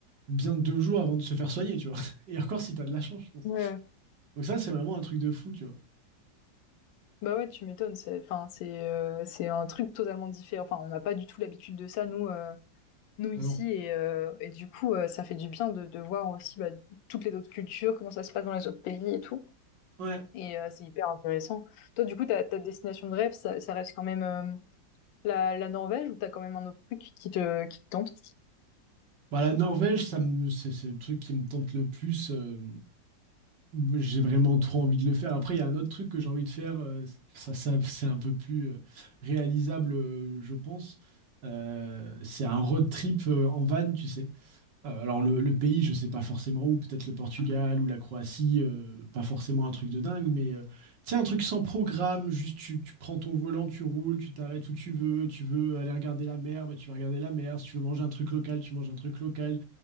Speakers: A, on the right; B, on the left.
A: bien deux jours avant de se faire soigner, tu vois. <laughs> Et encore si t'as de la chance, je pense.
B: Ouais.
A: Donc ça, c'est vraiment un truc de fou, tu vois.
B: Bah ouais, tu m'étonnes. C'est, enfin, c'est, euh, c'est un truc totalement différent. Enfin, on n'a pas du tout l'habitude de ça, nous, euh, nous ici.
A: Ah non.
B: Et, euh, et du coup, euh, ça fait du bien de, de voir aussi bah, toutes les autres cultures, comment ça se passe dans les autres pays et tout.
A: Ouais,
B: Et euh, c'est hyper intéressant. Toi, du coup, ta, ta destination de rêve, ça, ça reste quand même euh, la, la Norvège ou t'as quand même un autre truc qui te, qui te tente?
A: Bah, la Norvège, ça me, c'est c'est le truc qui me tente le plus. euh, j'ai vraiment trop envie de le faire. Après, il y a un autre truc que j'ai envie de faire. euh, ça, ça, c'est un peu plus euh, réalisable, euh, je pense. Euh, c'est un road trip euh, en van, tu sais. Euh, alors, le, le pays, je sais pas forcément où. Peut-être le Portugal ou la Croatie. euh, pas forcément un truc de dingue, mais euh, tu sais, un truc sans programme. Juste, tu, tu prends ton volant, tu roules, tu t'arrêtes où tu veux. Tu veux aller regarder la mer, bah, tu vas regarder la mer. Si tu veux manger un truc local, tu manges un truc local